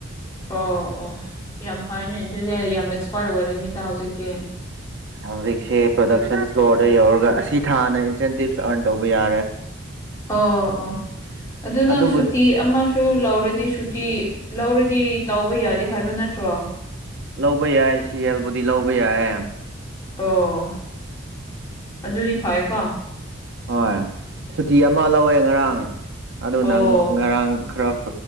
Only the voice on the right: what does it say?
ꯍꯧꯖꯤꯛꯁꯦ ꯄ꯭ꯔꯗꯛꯁꯟ ꯐ꯭ꯂꯣꯔꯗ ꯌꯧꯔꯒ ꯑꯁꯤ ꯊꯥꯅ ꯏꯟꯁꯦꯟꯇꯤꯞꯁ ꯑꯥꯔꯟ ꯇꯧꯕ ꯌꯥꯔꯦ
ꯑꯗꯨꯕꯨ
ꯂꯧꯕ ꯌꯥꯏ ꯁꯤ ꯑꯦꯜꯕꯨꯗꯤ ꯂꯧꯕ ꯌꯥꯏ꯫
ꯍꯣꯏ ꯁꯨꯇꯤ ꯑꯃ ꯂꯧꯋꯦ ꯉꯔꯥꯡ꯫ ꯑꯗꯨ
ꯅꯪ ꯉꯔꯥꯡ ꯈꯔ꯫